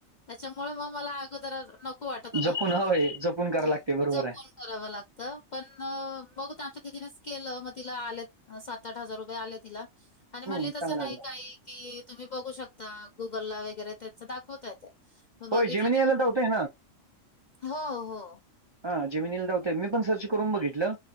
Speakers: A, on the left (about 50°); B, on the right (about 35°).
A: त्यांच्यामुळे मंग अगोदरचं मलां नको वाटत होतं.
B: जपूंन व्हयं जपूंन
A: हां.
B: करां लागतयं बरोबर
A: जपून
B: हांय
A: करावं लागतं पणं बघूं त्यांच्या दीदींच केलं मंग तिला आलेत सात आंठ हजांर रुपये आले तिलां आणि म्हणले
B: हम्म
A: तसं
B: चांगलं
A: नाहीं
B: आहे
A: कांहीं कि तुंम्ही बघूं शकतां गुंगल लां वगैरें त्यांच दाखवतांय ते बघितलं
B: होय जेमिनी याला
A: तरं
B: धावतोय
A: हो हो
B: हां जमिनीला दांवता येतं नाहीं मी पणं सर्च करूंन बघितलं